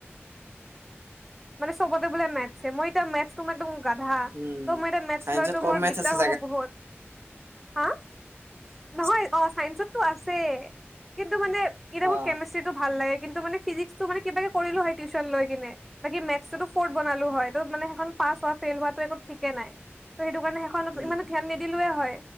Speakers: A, in the centre; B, on the right.
A: ব চবতে বো মেছে মই এ ম তোমাৰ গাধা
B: উম
A: ত মই এতিয়া মেথছ
B: চাইন্সত
A: লৈতো
B: কম
A: মোৰ
B: মেথছ
A: দিগদাৰ
B: আছে
A: হ'ব বহুত হা
B: স
A: নহয় অ চাইন্সতটো আছে কিন্তু মানে কি
B: অ
A: মোৰ কেমেষ্ট্ৰিটো ভাল লাগে কিন্তু মানে ফিজিকস তো মানে কিবাকে কৰিলোঁ হয় টিউচন লৈ কিনে, বাকী মেটচটোতো ফৰ্থ বনালো হয়। ত'ত মানে সেইখন পাছ হোৱা ফেইল হোৱাত তো একো ঠিকে নাই, তো সেইটো কাৰণে সেইখনত
B: উম
A: ইমানে ধ্যান নিদিলোৱে হয়।